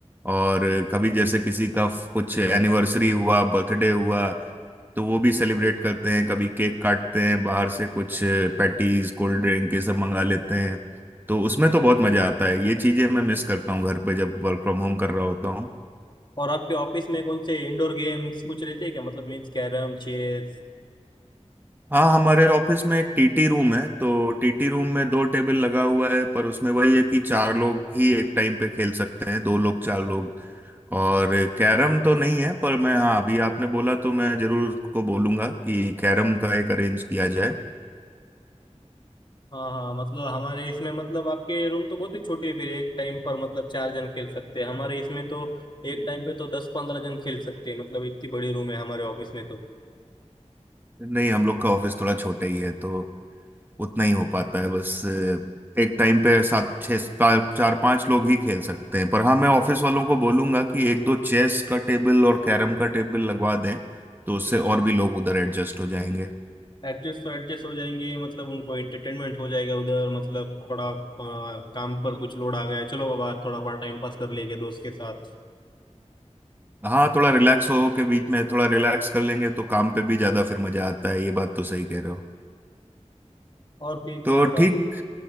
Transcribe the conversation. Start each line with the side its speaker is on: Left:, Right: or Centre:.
Right: और कभी जैसे किसी का कुछ एनिवर्सरी हुआ बर्थडे हुआ तो वो भी सेलिब्रेट करते हैं कभी केक काटते हैं बाहर से कुछ पैटीज कोल्ड ड्रिंक ये सब मंगा लेते हैं तो उसमें तो बहुत मजा आता है ये चीजें मैं मिस करता हूँ घर पे जब वर्क फ्रॉम होम कर रहा होता हूँ
Left: और आपके ऑफिस में कौन से इंडोर गेम्स कुछ रहते हैं क्या मतलब मीन्स कैरम चेस
Right: हाँ हमारे ऑफिस में एक टीटी रूम है तो टीटी रूम में दो टेबल लगा हुआ है पर उसमें वही है कि चार लोग ही एक टाइम पे खेल सकते हैं दो लोग चार लोग और कैरम तो नहीं है पर मैं हाँ अभी आपने बोला तो मैं जरूर उसको बोलूंगा कि कैरम का एक अरेंज किया जाए
Left: हाँ हाँ मतलब हमारे इसमें मतलब आपके रूम तो बहुत ही छोटी है फिर एक टाइम पर मतलब चार जन खेल सकते हैं हमारे इसमें तो एक टाइम पे तो दस पंद्रह जन खेल सकते हैं मतलब इतनी बड़ी रूम है हमारे ऑफिस में तो
Right: नहीं हम लोग का ऑफिस थोड़ा छोटा ही है तो उतना ही हो पाता है बस अ, एक टाइम पे सात छः चार चार पांच लोग ही खेल सकते हैं पर हाँ मैं ऑफिस वालों को बोलूंगा कि एक दो चेस का टेबल और कैरम का टेबल लगवा दें तो उससे और भी लोग उधर एडजस्ट हो जाएंगे
Left: एडजस्ट तो एडजस्ट हो जाएंगे मतलब उनको एंटरटेनमेंट हो जाएगा उधर मतलब थोड़ा अ, काम पर कुछ लोड आ गया चलो बाबा थोड़ा बड़ा टाइम पास कर लेंगे दोस्त के साथ
Right: हाँ थोड़ा रिलैक्स हो के बीच में थोड़ा रिलैक्स कर लेंगे तो काम पे भी ज्यादा फिर मजा आता है ये बात तो सही कह रहे हो
Left: और फिर
Right: तो
Left: क्या बात
Right: ठीक